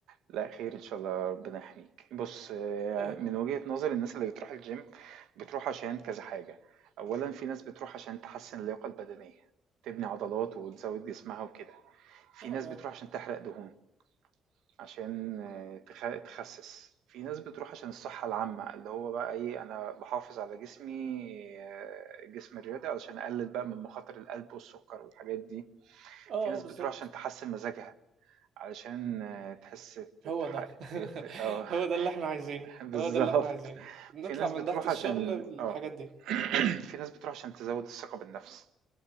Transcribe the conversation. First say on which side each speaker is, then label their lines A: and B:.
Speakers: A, on the right; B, on the right.
A: لا خير ان شاء الله ربنا يحميك بص آه،
B: اه
A: من وجهة نظر الناس اللي بتروح الجيم بتروح عشان كذا حاجة اولا في ناس بتروح عشان تحسن اللياقة البدنية تبني عضلات وتزود جسمها وكده في
B: اه
A: ناس
B: اه
A: بتروح عشان تحرق دهون عشان آه، تخ- تخسس في ناس بتروح عشان الصحة العامة اللي هو بقى ايه انا بحافظ على جسمي آه، الجسم الرياضي علشان اقلل بقى من مخاطر القلب والسكر والحاجات دي
B: آه،
A: في ناس
B: آه، بالظبط
A: بتروح عشان تحسن مزاجها علشان آه، تحس ت
B: هو
A: تحقق
B: ده <laughs>
A: ت آه
B: هو ده اللي احنا عايزينه
A: <laughs> بالضبط.
B: هو ده اللي احنا عايزينه نطلع
A: في ناس
B: من
A: بتروح
B: ضغط الشغل
A: عشان
B: بالحاجات
A: آه.
B: دي
A: <clears throat> في ناس بتروح عشان تزوّد الثقة بالنفس.